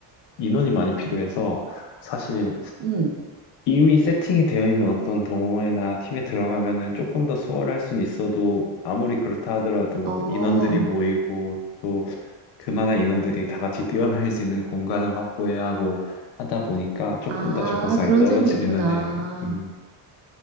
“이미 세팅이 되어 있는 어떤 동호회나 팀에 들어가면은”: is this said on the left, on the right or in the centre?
Left